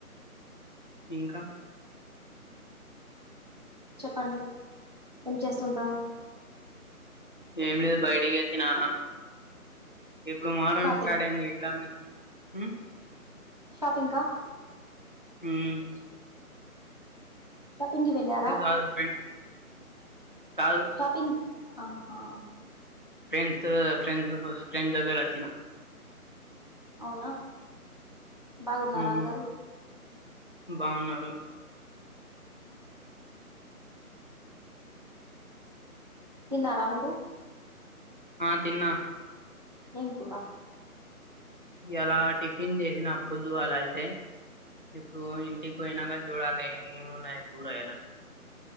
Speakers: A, on the left; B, on the right.
A: ఇంకా
B: చెప్పండి ఏం చేస్తుంటవు
A: ఏం లేదు బయటికచ్చినా ఇప్పుడు మొహరం
B: షాపింగ్
A: స్టార్ట్ అయింది ఎట్లా మరి ఉమ్
B: షాపింగ్ కా
A: ఉమ్
B: షాపింగ్కి వెళ్ళారా
A: కాదు ఫ్రెండ్స్ కాదు
B: షాపింగ్ ఆహా
A: ఫ్రెండ్స్ ఫ్రెండ్స్ ఫ్రెండ్ దగ్గర వచ్చిన
B: అవునా బాగున్నారా
A: మ్మ్.
B: అందరూ
A: బాగున్నారు
B: ఉ తిన్నారా మీరు
A: ఆ తిన్నా
B: ఎం కూరా
A: ఇయ్యాల టిఫిన్ చేసిన పొద్దుగాల అయితే ఇప్పుడు ఇంటికి పోయినాక చూడాలే ఏమన్నాయ్ కురాగాయల